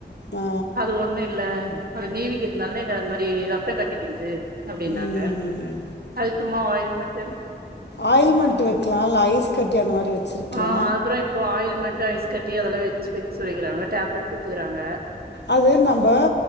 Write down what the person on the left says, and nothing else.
ஆ.
ம்.
ஆயில்மென்ட் வெக்கலா இல்ல ஐஸ் கட்டி அந்த மாரி வெச்சிருக்லா
அது நம்ப